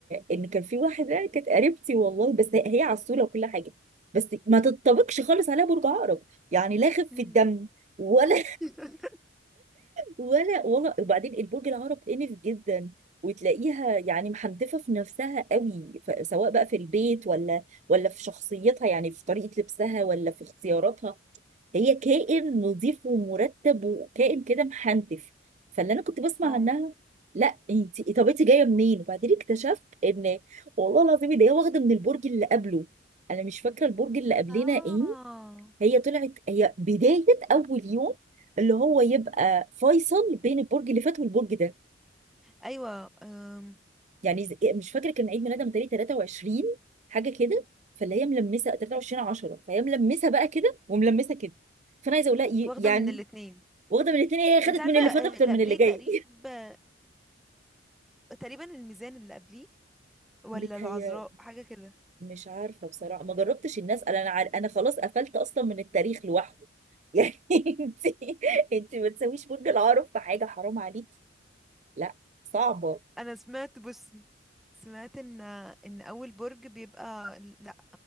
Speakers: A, on the right; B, in the centre.
A: ان كان في واحدة كانت قريبتي والله بس هي عسولة وكل حاجة بس ما تتطابقش خالص عليها برج عقرب يعني لا خفة
B: امم
A: دم ولا
B: <laughs>
A: ولا ولا وبعدين البرج العرب انف جدا وتلاقيها يعني محنتفه في نفسها قوي ف- سواء بقى في البيت ولا ولا في شخصيتها يعني في طريقه لبسها ولا في اختياراتها هي كائن نظيف ومرتب وكائن كده محنتف فاللي انا كنت بسمع
B: او
A: عنها لا انت طب انت جايه منين وبعدين اكتشفت ان والله العظيم ان هي واخده من البرج اللي قبله انا مش فاكره البرج اللي قبلنا
B: اه
A: ايه هي طلعت هي بداية أول يوم اللي هو يبقى فيصل بين البرج اللي فات والبرج ده
B: ايوه أم...
A: يعني ز- مش فاكرة كان عيد ميلادها متهيألي 23 حاجة كده فاللي هي ملمسة 23 10 فهي ملمسة بقى كده وملمسة كده فأنا عايزة أقول لها ي-
B: واخده
A: يعني
B: من الاتنين
A: واخدة من الاتنين هي خدت
B: انت عارفه
A: من اللي
B: آه،
A: فات أكتر
B: اللي
A: من
B: قبليه
A: اللي جاي
B: تقريبا تقريبا الميزان اللي قبليه
A: <laughs>
B: ولا
A: متهيألي
B: العذراء حاجة كده
A: مش عارفة بصراحة ما جربتش الناس أنا أنا عار- أنا خلاص قفلت أصلا من التاريخ لوحده <laughs> يعني أنت أنت ما تسويش برج العقرب في حاجة حرام عليكي لا صعبة
B: انا سمعت بصي سمعت ان ان اول برج بيبقى لا